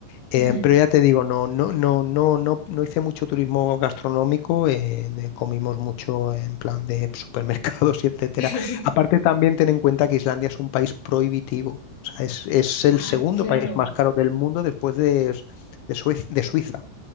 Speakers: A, on the left; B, on the left.
A: Eh,
B: ujú.
A: pero ya te digo, no, no, no, no, no, no hice mucho turismo gastronómico, eh, de- comimos mucho en plan de supermercados y etcétera.
B: <laughs>
A: Aparte también ten en cuenta que Islandia es un país prohibitivo, o sea, es, es el
B: Ah,
A: segundo
B: claro.
A: país más caro del mundo después de, de Sue- de Suiza.